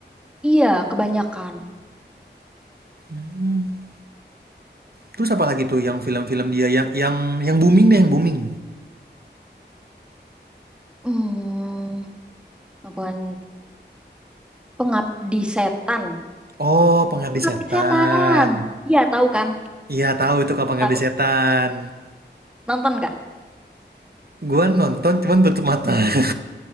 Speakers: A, in the centre; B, on the right.
A: Iya, kebanyakan.
B: Hmm. Terus apa lagi tuh yang film-film dia yang yang yang booming deh yang booming.
A: Hmm, Perempuan Pengabdi Setan.
B: Oh, Pengabdi
A: Pengabdi
B: Setan.
A: Setan. Iya, tahu kan?
B: Iya, tahu itu kalau Pengabdi
A: Tahu.
B: Setan.
A: Nonton nggak?
B: Gua nonton cuman tutup mata. <laughs>